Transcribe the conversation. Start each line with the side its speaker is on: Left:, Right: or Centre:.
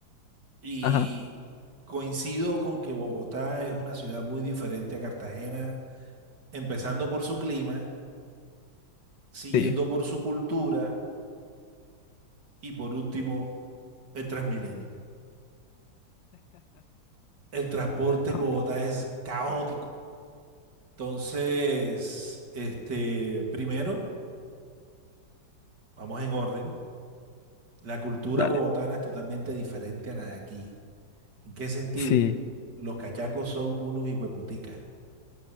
Right: y
Left: Ajá,
Right: coincido con que Bogotá es una ciudad muy diferente a Cartagena, empezando por su clima, siguiendo
Left: sí,
Right: por su cultura y por último, el Transmilenio. El transporte en
Left: ah,
Right: Bogotá es caótico. Entonces, este, primero, vamos en orden. La cultura
Left: dale.
Right: bogotana es totalmente diferente a la de aquí. ¿En qué sentido?
Left: Sí,
Right: Los cachacos son unos hijueputicas,